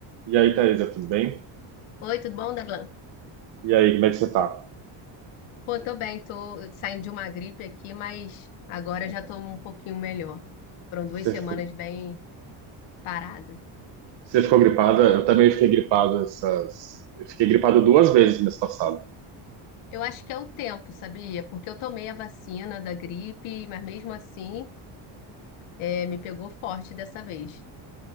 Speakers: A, on the right; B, on the left.
A: E aí, Thaisa, tudo bem?
B: Oi, tudo bom, Daglan?
A: E aí, como é que você tá?
B: Pô, tô bem, tô saindo de uma gripe aqui, mas agora já tô um pouquinho melhor. Foram duas
A: Você
B: semanas
A: ficou,
B: bem paradas.
A: você ficou gripada? Eu também fiquei gripado essas. Eu fiquei gripado duas vezes mês passado.
B: Eu acho que é o tempo, sabia? Porque eu tomei a vacina da gripe, mas mesmo assim, é, me pegou forte dessa vez.